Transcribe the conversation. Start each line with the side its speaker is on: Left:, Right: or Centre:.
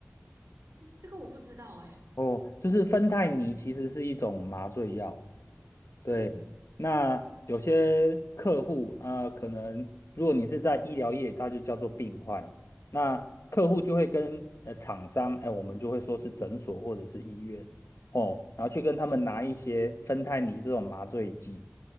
Right: <laughs> 这个我不知道哎、
Left: 哦，就是芬太尼其实是一种麻醉药。对，
Right: 嗯
Left: 那有些客户啊、呃可能如果你是在医疗业，它就叫做病患。那客户就会跟呃厂商，哎，我们就会说是诊所或者是医院哦，然后去跟他们拿一些芬太尼这种麻醉剂。